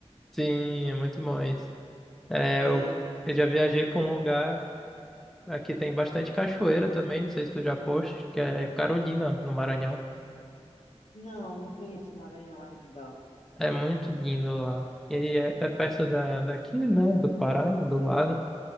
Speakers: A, in the centre; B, on the left.
A: Sim, é muito bom isso. É,
B: É,
A: eu,
B: pois
A: eu já
B: é.
A: viajei para um lugar, aqui tem bastante cachoeira também, não sei se tu já foste, que é Carolina, no Maranhão.
B: Não, não conheço o Maranhão ainda, ó.
A: É muito lindo lá. E é, é perto da, daqui, né, do Pará, do lado.